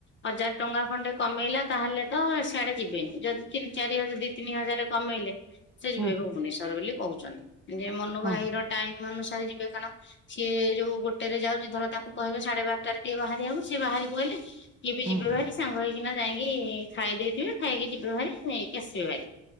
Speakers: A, on the left; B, in the centre.
A: ହଜାର ଟଙ୍କା ଖଣ୍ଡେ କମେଇଲା ତାହେଲେ ତ ସ୍ୟାଡେ ଯିବେନି। ଯଦି ତିନ ଚାରି ହଜା-ଦି ତିନି ହଜାର କମେଇଲେ ସେ ଯିବେ
B: ହୁଁ
A: ଭୁବନେଶ୍ୱର ବୋଲି କୋହୁଚନ୍ତି। ଯେ ମନୁ
B: ହଁ
A: ଭାଇ ର ଟାଇମ ଅନୁସାରେ ଯିବେ କାରଣ ସିଏ ଯୋଉ ଗୋଟେରେ ଯାଉଛି ଧର ତାକୁ ମୁଁ କହିବି ସାଢେ ବାରଟାରେ ଟିକେ ବାହାରିବାକୁ ସିଏ ବାହାରିପଇଲେ ଇଏ ବି ଯିବେ
B: ହୁଁ।
A: ଭାରି ସାଙ୍ଗ ହେଇକିନା ଯାଇକି ଖାଇ ଦେଇଥିବେ ଖାଇକି ଯିବେ ଭାରି ନେଇକି ଆସିବେ ହେରି